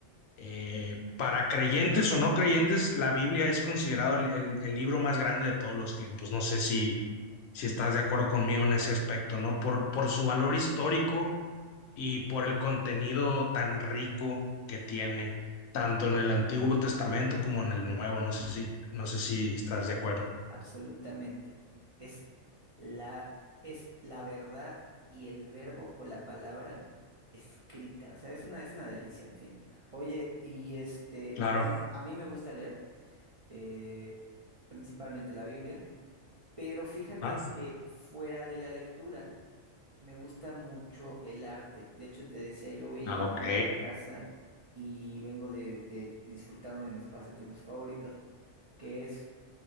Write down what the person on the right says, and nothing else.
Absolutamente. Es la, es la verdad y el verbo o la palabra escrita. O sea, es una, es una delicia, en fin. Oye, y este,
bueno, a mí me gusta leer. eh, principalmente la Biblia, pero fíjate
que fuera de la lectura me gusta mucho el arte. De hecho, te decía, yo voy llegando
a casa y vengo de, de disfrutar uno de mis pasatiempos favoritos, que es